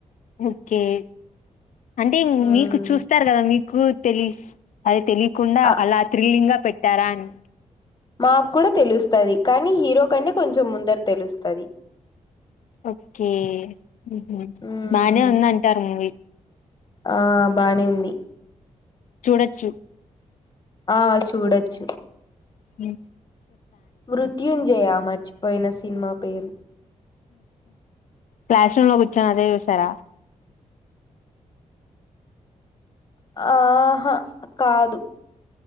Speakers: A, on the left (about 70°); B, on the left (about 30°).
A: ఓకే అంటే
B: మ్మ్
A: మీకు చూస్తారు గదా మీకు కు తెలిస్ అది తెలియకుండా
B: ఆ
A: అలా థ్రిల్లింగ్ గా పెట్టారా అని
B: మాకు గూడా తెలుస్తది కానీ హీరో కంటే కొంచెం ముందర తెలుస్తది
A: ఓకే ఊహు
B: మ్మ్
A: బానే ఉంది అంటారు మూవీ
B: ఆ బానే ఉంది
A: చూడొచ్చు
B: ఆ చూడొచ్చు
A: ఉ
B: మృత్యుంజయ మర్చిపోయిన సినిమా పేరు
A: క్లాస్ రూమ్ లో కూర్చొని అదే చూసారా <inaudible>
B: ఆహా కాదు